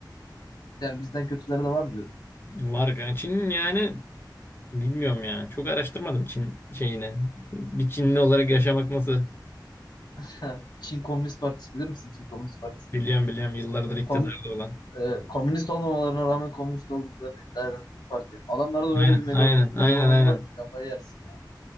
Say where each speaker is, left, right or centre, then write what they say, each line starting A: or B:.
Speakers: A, on the left; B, on the left.
A: Yani bizden kötüleri de var mı diyordun?
B: Var yani Çin'in yani bilmiyorum ya. Çok araştırmadım Çin şeyini. Bir Çinli olarak yaşamak nasıl?
A: <laughs> Çin Komünist Partisi bilir misin? Çin Komünist Partisi.
B: Biliyorum biliyorum yıllardır iktidarda
A: Kom,
B: olan.
A: e, komünist olmamalarına rağmen komünist olduklarını iddia eden bir parti. Adamlarda da
B: Aynen
A: öyle bir mega,
B: aynen
A: megalomani
B: aynen aynen.
A: var ki kafayı yersin ya.